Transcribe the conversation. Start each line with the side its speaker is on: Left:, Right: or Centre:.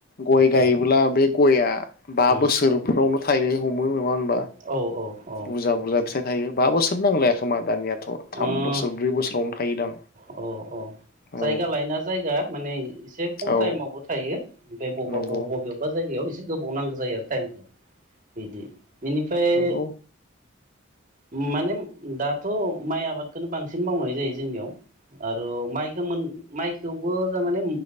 Left: गय गायोब्ला
Right: औ
Left: बे बे गया बा
Right: उम
Left: बोसोरफ्रावनो थायनो हमो नङा
Right: औ औ ओ
Left: बुरजा बुरजा फिथाइ थायो बा बोसोर नांलाय खोमा दानियाथ
Right: औ
Left: थाम बोसोर ब्रै बोसोरावनो थायोदां
Right: औ औ जायगा
Left: औ
Right: लायना जायगा माने एसे खम
Left: औ
Right: टाइमावबो थायो ओमफ्राय बबेबा बबेबा
Left: नंगौ
Right: बबेयावबा जायगायाव एसे गोबाव नांगौ जायो आरो टाइमखौ बिदि बेनिफ्राय
Left: नंगौ
Right: माने दाथ माइ आबादखौनो बांसिन मावनाय जायो जोंनियाव औ माइखौ थेवबो थारमाने